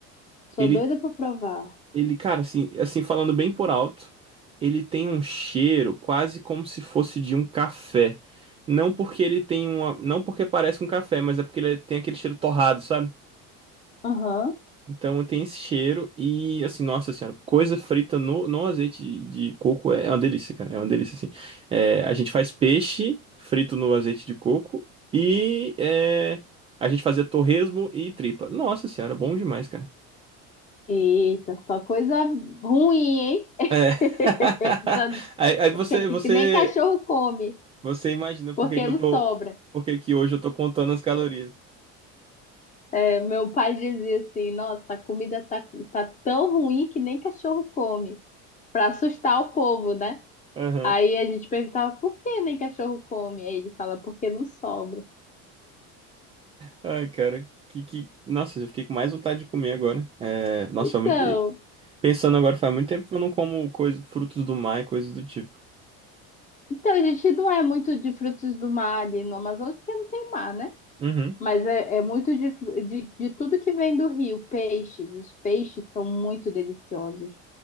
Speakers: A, on the left (about 20°); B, on the right (about 20°).
A: Sou
B: Ele,
A: doida pra provar.
B: ele, cara, assim, assim, falando bem por alto, ele tem um cheiro quase como se fosse de um café. Não porque ele tem uma, não porque parece um café, mas é porque ele é, tem aquele cheiro torrado, sabe?
A: Aham.
B: Então tem esse cheiro e assim, nossa senhora, coisa frita no, no azeite de, de coco é é uma delícia, cara. É uma delícia, assim. É, a gente faz peixe frito no azeite de coco e é, a gente fazia torresmo e tripa. Nossa senhora, bom demais, cara.
A: Eita, só coisa ruim, hein?
B: É.
A: <laughs>
B: <laughs> Aí, aí você,
A: Que, que-
B: você,
A: que nem cachorro come,
B: você imagina
A: porque
B: por que que eu
A: não
B: tô,
A: sobra.
B: por que que hoje eu tô contando as calorias.
A: É, meu pai dizia assim: nossa, a comida tá, tá tão ruim que nem cachorro come, pra assustar o povo, né?
B: Aham.
A: Aí a gente perguntava: por que nem cachorro come? Aí ele fala: porque não sobra.
B: Ai, cara, que, que... Nossa, eu fiquei com mais vontade de comer agora. É, Nossa,
A: Então.
B: foi muito... Pensando agora, faz muito tempo que eu não como coisa, frutos do mar e coisas do tipo.
A: Então, a gente não é muito de frutos do mar ali no Amazonas, porque não tem mar, né?
B: Uhum,
A: Mas é, é muito de, fru- de, de tudo que vem do rio, peixes. Os peixes são muito deliciosos.